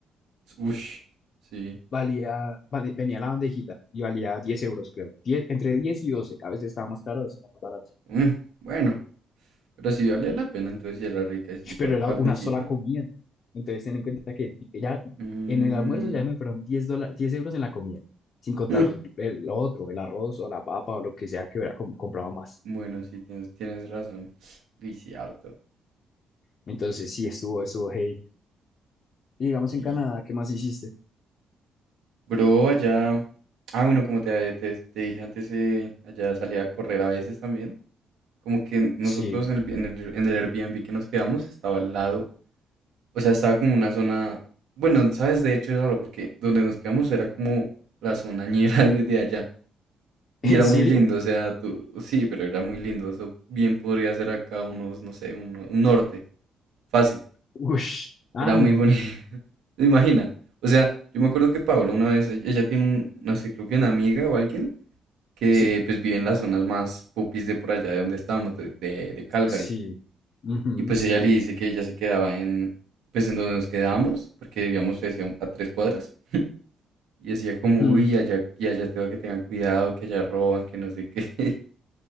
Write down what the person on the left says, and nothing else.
valía, vale- venía la bandejita y valía 10 euros, creo. diez entre 10 y 12 a veces estaba más caro, a veces más barato.
Sh,
Pero era
una sola comida. Entonces, ten en cuenta que ya
en el almuerzo ya me fueron diez dola- 10 euros en la comida, sin contar
el, lo otro, el arroz o la papa o lo que sea que hubiera com- comprado más.
Entonces, sí, estuvo, estuvo, hey. Y digamos
en Canadá, ¿qué más hiciste?
Sí.
¿En
serio?
Ush. Ah,
no.
Sí,
sí. Ujú.
Mm.